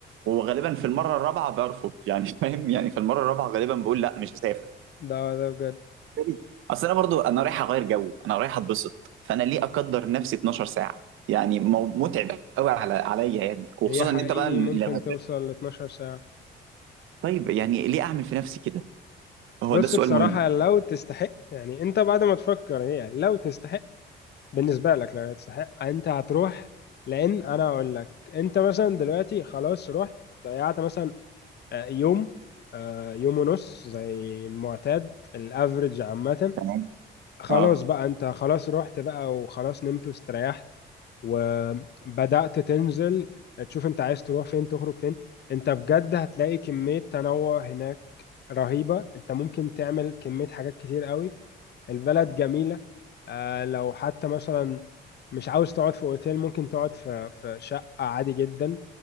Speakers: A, on the right (about 85°); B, on the left (about 55°).
A: وغالبا في المره الرابعه برفض يعني <laughs> فاهم يعني في المره الرابعه غالبا بقول لا مش هسافر
B: ده ده بجد
A: بالتالي- اصل انا برضو انا رايح اغير جو انا رايح اتبسط فانا ليه اقدر نفسي 12 ساعه يعني مو- متعب قوي على عليا يعني وخصوصا
B: هي حقيقي
A: ان انت بقى لما
B: ممكن توصل ل 12 ساعة
A: طيب يعني ليه اعمل في نفسي كده هو
B: بص
A: ده السؤال
B: بصراحة
A: مهم
B: لو تستحق يعني انت بعد ما تفكر هي لو تستحق بالنسبة لك لو تستحق انت هتروح لان انا اقول لك انت مثلا دلوقتي خلاص رحت ضيعت مثلا آه، يوم آه، يوم ونص زي المعتاد الافريج عامة
A: تمام
B: خلاص
A: اه
B: بقى انت خلاص رحت بقى وخلاص نمت واستريحت وبدأت تنزل تشوف انت عايز تروح فين تخرج فين انت بجد هتلاقي كمية تنوع هناك رهيبة انت ممكن تعمل كمية حاجات كتير قوي البلد جميلة آه، لو حتى مثلا مش عاوز تقعد في اوتيل ممكن تقعد في في شقة عادي جدا